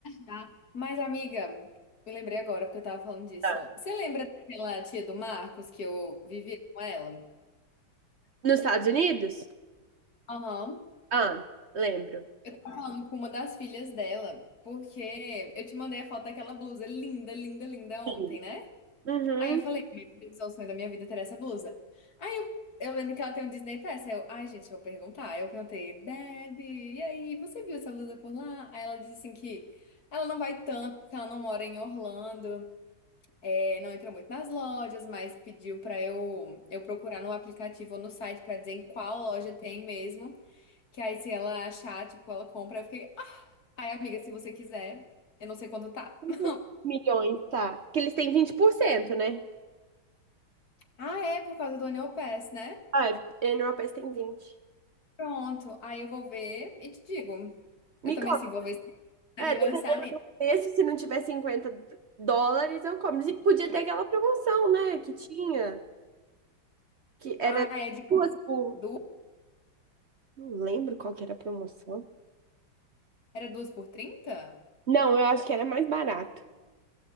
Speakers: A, on the left; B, on the right.
A: Já. Mas, amiga, me lembrei agora porque eu tava falando disso.
B: Tá.
A: Você lembra daquela tia do Marcos que eu vivia com ela?
B: Nos Estados Unidos?
A: Aham.
B: Ah, lembro.
A: Eu tava falando com uma das filhas dela, porque eu te mandei a foto daquela blusa linda, linda, linda
B: Sim.
A: ontem, né?
B: Uhum.
A: Aí eu falei, meu Deus, é o sonho da minha vida ter essa blusa. Aí eu, eu lembro que ela tem um Disney Pass. Aí eu, ai, gente, eu vou perguntar. Aí eu perguntei, Deb, e aí, você viu essa blusa por lá? Aí ela disse assim que ela não vai tanto, porque ela não mora em Orlando, é, não entra muito nas lojas, mas pediu pra eu, eu procurar no aplicativo ou no site pra dizer em qual loja tem mesmo. Que aí se ela achar, tipo, ela compra. Eu fiquei, ah, aí, amiga, se você quiser, eu não sei quanto tá.
B: Quantos
A: <laughs>
B: milhões, tá? Porque eles têm 20%, né?
A: Ah, é, por causa do Annual Pass, né?
B: Ah, é, na Europa eles têm 20.
A: Pronto, aí eu vou ver e te digo.
B: Me
A: Eu também,
B: conta.
A: assim, vou ver se tá
B: É,
A: no meu
B: dependendo
A: orçamento.
B: desse, se não tiver cinquenta dólares, eu como. E podia ter aquela promoção, né? Que tinha. Que era
A: Ah, é de
B: duas por.
A: duas,
B: Não lembro qual que era a promoção.
A: era duas por 30.
B: Não, eu acho que era mais barato.